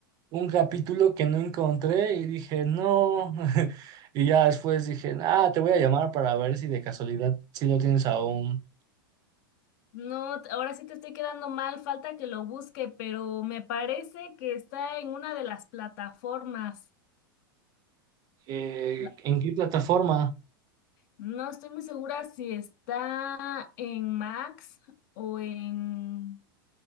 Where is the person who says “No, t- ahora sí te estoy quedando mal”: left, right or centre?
Left